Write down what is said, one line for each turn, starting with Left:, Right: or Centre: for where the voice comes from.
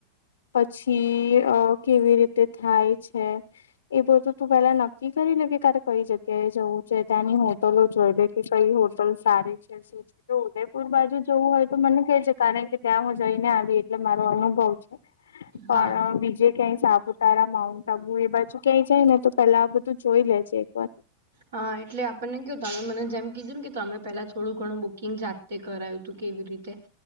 Left: પછી અ કેવી રીતે થાય છે? એ બધું તું પેલા નક્કી કરી લે કે કારે કઈ જગ્યાએ જવું છે? ત્યાંની હોટલો જોઈ લે કે કઈ હોટ ટલ સારી છે શું છે? તો ઉદયપુર બાજુ જવું હોય તો મને કેજે કારણ કે ત્યાં હું જઈને આવી એટલે મારો અનુભવ છે. પણ
Right: હા
Left: બીજે ક્યાંય સાપુતારા માઉન્ટ આબુ એ બાજુ ક્યાંય જાય ને તો પેલા આ બધું જોઈ લેજે એક વાર.
Right: હા એટલે આપણને કેવું તમે મને જેમ કીધું ને કે તમે પેલા થોડું ઘણું બુકિંગ જા તે કરાયું તું કેવી રીતે